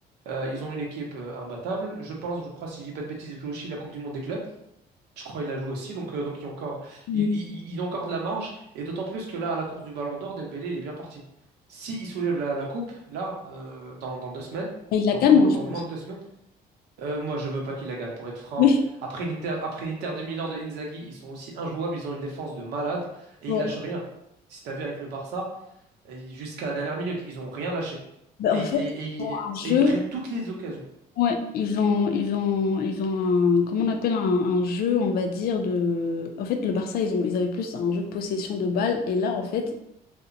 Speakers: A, on the right; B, on the left.
A: Euh, ils ont une équipe euh, imbattable. Je pense, je crois, si je dis pas de bêtises, ils jouent aussi la Coupe du Monde des clubs. Je crois qu'il la joue aussi. Donc, euh, donc il y a encore,
B: Mm.
A: il, il, il- il a encore de la marge. Et d'autant plus que là, à la course du Ballon d'Or, Dembélé, il est bien parti. Si il soulève la, la coupe, là, euh, dans, dans deux semaines,
B: il la
A: donc
B: calme,
A: moins-
B: moi,
A: dans
B: je pense.
A: moins de deux semaines, euh, moi, je veux pas qu'il la gagne, pour être franc.
B: <laughs>
A: Après l'Inter, après l'Inter de Milan de Inzaghi, ils sont aussi injouables, ils ont une défense de malade et
B: Oui.
A: ils lâchent
B: Ouais.
A: rien. Si t'as vu avec le Barça, euh, jusqu'à la dernière minute, ils ont rien lâché.
B: Bah,
A: Et,
B: en
A: et-
B: fait,
A: et-
B: un
A: et-
B: jeu.
A: et ils prennent toutes les occasions.
B: Ouais, ils ont, ils ont, ils ont un, comment on appelle un, un jeu, on va dire, de... En fait, le Barça, ils ont, ils avaient plus un jeu de possession de balle. Et là, en fait,